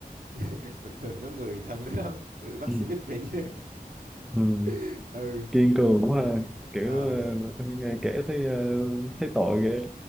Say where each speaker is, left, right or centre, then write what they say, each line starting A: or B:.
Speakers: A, on the right (about 65°); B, in the centre.
A: <laughs> bình thường có người thân tới đó tôi bắt
B: Ừ.
A: xe buýt về nhà
B: Ừ.
A: <laughs> ừ
B: kiên cường quá ha. kiểu
A: Ờ,
B: ờ, nghe kể thấy ờ, thấy tội ghê